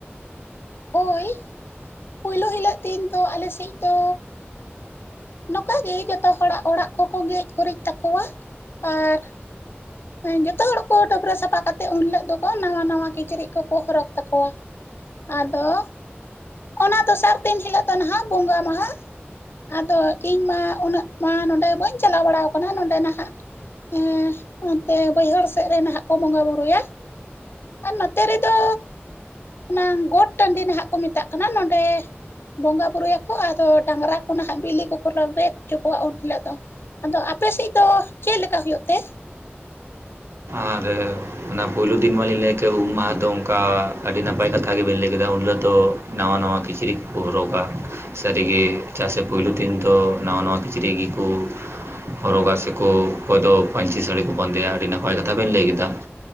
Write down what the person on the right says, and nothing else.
ᱟᱨ ᱚᱱᱟ ᱯᱩᱭᱞᱩ ᱫᱤᱱ ᱢᱟᱞᱤᱧ ᱞᱟᱹᱭ ᱠᱮᱫ ᱩᱢ ᱢᱟᱦᱟ ᱫᱚ ᱚᱱᱠᱟ ᱟᱹᱰᱤ ᱱᱟᱯᱟᱭ ᱠᱟᱛᱷᱟ ᱜᱮᱵᱮᱱ ᱞᱟᱹᱭ ᱠᱮᱫᱟ ᱩᱱ ᱦᱤᱞᱳᱜ ᱫᱚ ᱱᱟᱣᱟ ᱱᱟᱣᱟ ᱠᱤᱪᱨᱤᱡ ᱠᱚᱠᱚ ᱦᱚᱨᱚᱜᱟ ᱥᱟᱹᱨᱤᱜᱮ ᱪᱟᱥᱮ ᱯᱩᱭᱞᱩ ᱫᱤᱱ ᱫᱚ ᱱᱟᱣᱟ ᱱᱟᱣᱟ ᱠᱤᱪᱨᱤᱡ ᱜᱮᱠᱚ ᱦᱚᱨᱚᱜᱟ ᱥᱮᱠᱚ ᱚᱠᱚᱭ ᱫᱚ ᱯᱟᱹᱧᱪᱤ ᱥᱟᱹᱲᱤ ᱠᱚ ᱵᱟᱸᱫᱮᱭᱟ ᱟᱹᱰᱤ ᱱᱟᱯᱟᱭ ᱠᱟᱛᱷᱟ ᱵᱮᱱ ᱞᱟᱹᱭ ᱠᱮᱫᱟ